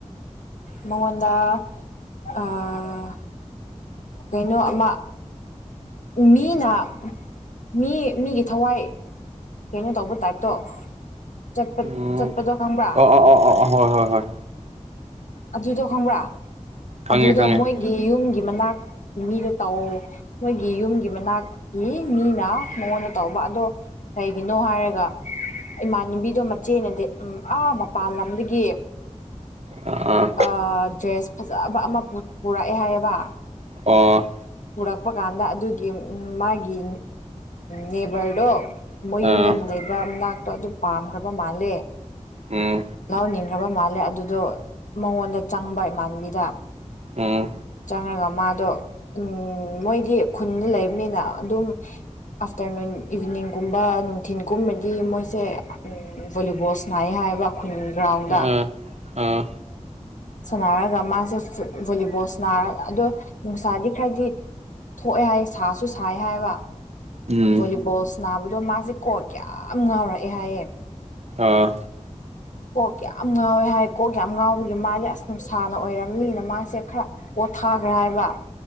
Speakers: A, on the left; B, on the right.
A: ꯃꯉꯣꯟꯗ ꯑꯥ ꯀꯩꯅꯣ ꯑꯃ ꯃꯤꯅ ꯃꯤ ꯃꯤꯒꯤ ꯊꯋꯥꯏ ꯀꯩꯅꯣ ꯇꯧꯕ ꯇꯥꯏꯞꯇꯣ ꯆꯠꯄ
B: ꯎꯝ
A: ꯆꯠꯄꯗꯣ ꯈꯪꯕ꯭ꯔ
B: ꯑꯣ ꯑꯣ ꯑꯣ ꯑꯣ ꯍꯣꯏ ꯍꯣꯏ ꯍꯣꯏ
A: ꯑꯗꯨꯗꯣ ꯈꯪꯕ꯭ꯔꯥ
B: ꯈꯪꯉꯦ
A: ꯑꯗꯨꯗꯣ
B: ꯈꯪꯉꯦ
A: ꯃꯣꯏꯒꯤ ꯌꯨꯝꯒꯤ ꯃꯅꯥꯛ ꯃꯤꯗꯣ ꯇꯧ ꯃꯣꯏꯒꯤ ꯌꯨꯝꯒꯤ ꯃꯅꯥꯛꯀꯤ ꯃꯤꯅ ꯃꯉꯣꯟꯗ ꯇꯧꯕ ꯑꯗꯣ ꯀꯩꯒꯤꯅꯣ ꯍꯥꯏꯔꯒ ꯏꯃꯥꯟꯅꯕꯤꯗꯣ ꯃꯆꯦꯅꯗꯤ ꯑꯥ ꯃꯄꯥꯟ ꯂꯝꯗꯒꯤ
B: ꯑꯥ
A: ꯑꯥ ꯗ꯭ꯔꯦꯁ ꯐꯖꯕ ꯑꯃ ꯄꯨꯔꯛꯑꯦ ꯍꯥꯏꯌꯦꯕ
B: ꯑꯣ
A: ꯄꯨꯔꯛꯄ ꯀꯥꯟꯗ ꯑꯗꯨꯒꯤ ꯃꯥꯒꯤ ꯅꯦꯕꯔꯗꯣ
B: ꯑꯥ
A: ꯃꯣꯏ ꯌꯨꯝꯗ ꯂꯩꯕ ꯃꯅꯥꯛꯇꯣ ꯑꯗꯨ ꯄꯥꯝꯈ꯭ꯔꯕ ꯃꯥꯜꯂꯦ
B: ꯎꯝ
A: ꯅꯅꯥꯎ ꯈ꯭ꯔꯕ ꯃꯥꯜꯂꯦ ꯑꯗꯨꯗꯣ ꯃꯉꯣꯟꯗ ꯆꯪꯕ ꯏꯃꯥꯟꯕꯤꯗ ꯫
B: ꯎꯝ
A: ꯆꯪꯉꯒ ꯃꯥꯗꯣ ꯎꯝ ꯃꯣꯏꯗꯤ ꯈꯨꯟꯗ ꯂꯩꯕꯅꯤꯅ ꯑꯗꯨꯝ ꯑꯥꯐꯇꯔꯅꯨꯟ ꯏꯚꯤꯅꯤꯡꯒꯨꯝꯕ ꯅꯨꯡꯊꯤꯤꯟꯒꯨꯝꯕꯗꯤ ꯃꯣꯏꯁꯦ ꯚꯣꯂꯤꯕꯣꯜ ꯁꯅꯥꯥꯏ ꯍꯥꯏꯌꯦꯕ ꯑꯩꯈꯣꯏꯟ ꯒ꯭ꯔꯥꯎꯟꯗ
B: ꯑꯥ ꯑꯥ
A: ꯁꯥꯟꯅꯔꯒ ꯃꯥꯁꯦ ꯚꯣꯂꯤꯕꯣꯜ ꯁꯔ ꯑꯗꯣ ꯅꯨꯡꯁꯥꯗꯤ ꯈꯔꯗꯤ ꯊꯣꯛꯑꯦ ꯍꯥꯏ ꯁꯥꯁꯨ ꯁꯥꯏ ꯍꯥꯏꯕ
B: ꯎꯝ
A: ꯚꯣꯂꯤꯕꯣꯜ ꯅꯥꯕꯗꯣ ꯃꯥꯁꯦ ꯀꯣꯛ ꯌꯥꯝ ꯉꯥꯎꯔꯛꯑꯦ ꯍꯥꯏꯌꯦ
B: ꯑꯥ
A: ꯀꯣꯛ ꯌꯥꯝ ꯉꯥꯎꯋꯦ ꯍꯥꯏ ꯀꯣꯛ ꯌꯥꯝ ꯉꯥꯎꯕꯒꯤ ꯃꯥꯁꯦ ꯑꯁ ꯅꯨꯡꯁꯥꯅ ꯑꯣꯏꯔꯝꯃꯤꯅ ꯃꯥꯁꯦ ꯈꯔ ꯄꯣꯊꯥꯈ꯭ꯔꯦ ꯍꯥꯏꯕ